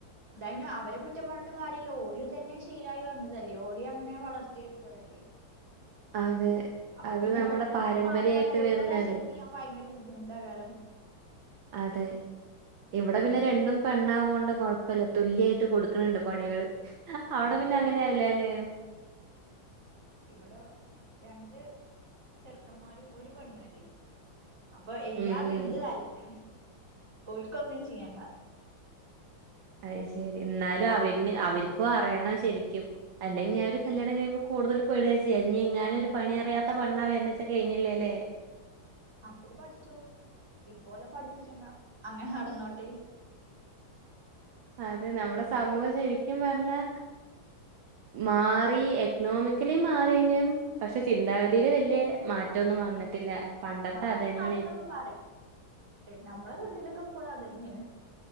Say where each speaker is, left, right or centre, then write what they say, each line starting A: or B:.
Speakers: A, on the right (about 40°); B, on the right (about 75°).
A: ഇതായന് അവരെ കുറ്റം പറഞ്ഞിട്ടും അവരെ കുറ്റം പറഞ്ഞിട്ടും കാര്യമില്ല ഓലും ഇ തന്നെ ചെയ്യണേ ശീലായി വന്നതല്ലേ ഓലി അങ്ങനെ വളർത്തിയെടുത്തതല്ലേ
B: അതെ
A: അപ്പൊ
B: അത്
A: പിന്നെ
B: നമ്മടെ
A: പെട്ടെന്ന്
B: പാരമ്പര്യായിട്ട്
A: അത് മാറ്റിയാ ഓൾക്കും
B: വര്ണല്ലേ
A: അത് അക്സെപ്റ്റ് ചെയ്യാൻ ഭയങ്കര ബുദ്ധിമുട്ടാകാരം
B: അതെ ഇവിടെ പിന്നെ രണ്ടും പെണ്ണാവും കൊണ്ട് കൊഴപ്പല്ല തുല്യായിട്ട് കൊടുക്കണണ്ട് പണികള് അവിടെ
A: ഇവിടെ
B: പിന്നെ
A: അതല്ല
B: അങ്ങനെല്ലേ അല്ലേ
A: ഇവിടെ രണ്ട് ചെറുക്കന്മാരും ഒരു പെണ്ണ അല്ലേ അപ്പൊ എല്ലാതും
B: ഉം
A: എന്ത് തരാണ് പോൽിക്കൊന്നും ചെയ്യണ്ട
B: അത ശരി എന്നാലും അവരിന് അവർക്കും അറിയണം ശരിക്കും അല്ലെങ്കിൽ ഞാാനരു കല്യാണം കഴിയുമ്പോ കൂടുതല ടച്ച ന എങ്ങാനൊരു പണി അറിയാത്ത പണ്ണാ വന്ന് വെച്ചാ കഴിഞ്ഞില്ലേല്ലേ
A: അപ്പോ പഠിച്ചോളൂ ഇപ്പോല്ലെ പഠിപ്പിച്ചേണ്ടാ അങ്ങനെ അടന്നോട്ടെ
B: അതെ നമ്മുടെ സമൂഹം ശരിക്കും പറഞ്ഞാ മാറി എക്കണോമിക്കലി മാറിയെങ്കിലും പക്ഷെ ചിന്താഗതിയില് വല്ിയ മാറ്റൊന്നും വന്നിട്ടില്ല പണ്ടത്തെ
A: മാറി
B: അതന്നെ
A: മാറിന്നൊക്കെ പറയും നമ്മളെ വീട്ടിലൊക്കെ എപ്പോള അതന്നെയന്ന്